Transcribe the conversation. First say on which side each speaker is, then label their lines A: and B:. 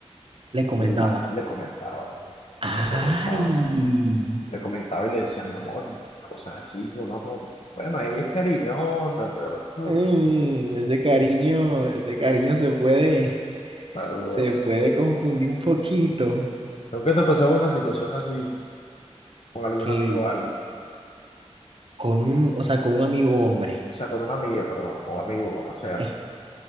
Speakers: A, on the right; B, on the left.
A: Le comentaba.
B: la- le comentaba,
A: ¡Ay!
B: le comentaba, le comentaba y le decía, mi amor, y cosas así, que uno, como, bueno, ella es cariñosa, pero hmm,
A: Mm, ese cariño, ese cariño se puede,
B: vos
A: se puede confundir un poquito
B: ¿Nunca te ha pasado una situación así con algún
A: que
B: amigo o algo? O
A: con un, o sea, con un amigo hombre.
B: sea, con una amiga, perdón, o amigo, como sea.
A: Eh,